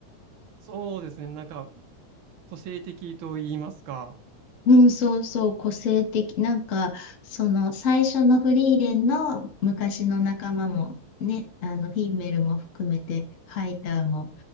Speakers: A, on the right; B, on the left.
A: そうですね。なんか、個性的と言いますか。
B: うん、そうそう、個性的。なんか、その最初のフリーレンの昔の仲間も、ね、あの、フィンメルも含めて、ハイターも、